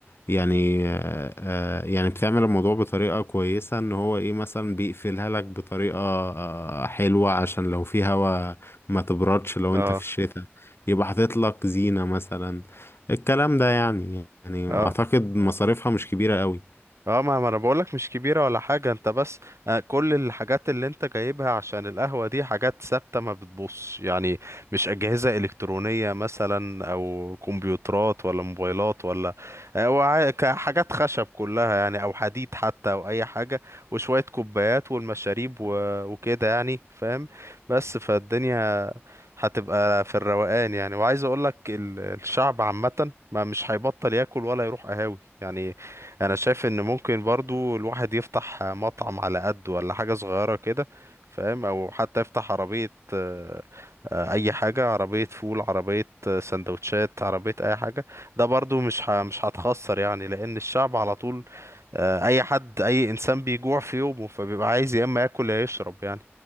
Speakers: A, on the left; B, on the right.
A: يعني آه، آه، يعني بتعمل الموضوع بطريقة كويسة ان هو ايه مثلا بيقفلها لك بطريقة آه، حلوة عشان لو في هوا ما تبردش لو
B: <laughs> اه
A: انت في الشتاء يبقى حاطط لك زينة مثلا الكلام ده يعني يعني
B: اه
A: اعتقد مصاريفها مش كبيرة قوي
B: اه ما ما انا بقولك مش كبيرة ولا حاجة انت بس آه، كل الحاجات اللي انت جايبها عشان القهوة دي حاجات ثابتة ما بتبص يعني مش أجهزة إلكترونية مثلا او كمبيوترات ولا موبايلات ولا آه، وع- ك- حاجات خشب كلها يعني او حديد حتى او اي حاجة وشوية كوبايات والمشاريب و- وكده يعني فاهم بس فالدنيا هتبقى في الروقان يعني وعايز اقولك ال- الشعب عامة ما مش هيبطل ياكل ولا يروح قهاوي يعني انا شايف ان ممكن برضو الواحد يفتح مطعم على قد ولا حاجة صغيرة كده فاهم او حتى يفتح عربية آه، آه، اي حاجة عربية فول عربية آه، سندوتشات عربية اي حاجة ده برضو مش ه- مش هتخسر يعني لان الشعب على طول آه، اي حد اي انسان بيجوع في يومه فبيبقى عايز يا اما ياكل يا يشرب يعني